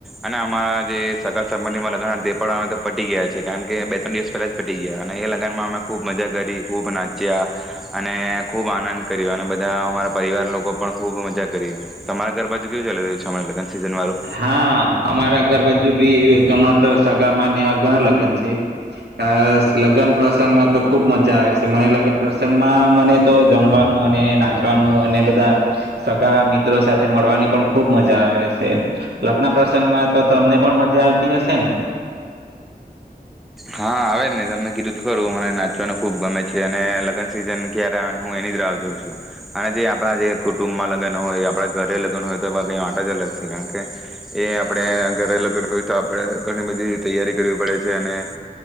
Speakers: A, in the centre; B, on the right (about 85°).
A: અને અમારા જે સગા સંબંધી લગ્ન પણ અવે તો પતી ગયા છે. કારણ કે બે ત્રણ દિવસ પહેલા જ પતી ગયા. અને એ લગ્નમાં અમે ખૂબ મજા કરી ખૂબ નાચ્યા અને ખુબ આનંદ કર્યો અને બધા બધા અમારા પરિવાર લોકો પણ ખુબ મજા કરી તમારા ઘરબાજુ કેવું ચાલી રહ્યું છે અમણાં લગ્ન? સિઝન વાળું
B: હા અમારે આગળ બાજુ બી ગણાં તો સગામાં એવા ઘણા લગ્ન છે. આ લગ્ન પ્રસંગમાં તો ખૂબ મજા આવે છે. મને લગ્ન પ્રસંગમાં મને તો જમવાનું અને નાચવાનું અને બધા સગા મિત્રો સાથે મળવાની પણ ખૂબ મજા આવે છે. લગ્ન પ્રસંગમાં તો તમને પણ મજા આવતી હશે ને!
A: હા આવે નહી તમને કીધું ખરું મને નાચવાનું ખુબ ગમે છે. અને લગ્ન સિઝન ક્યારે આવેને હું એની જ રાહ જાઉં છું. અને જે આપણા જે કુટુંબમાં લગ્ન હોય આપણા ઘરે લગ્ન હોય તો એ ક વાત જ અલગ છે કારણ કે એ આપડે ઘરે લગ્ન હોય તો આપડે ઘણી બધી તૈયારી કરવી પડે છે. અને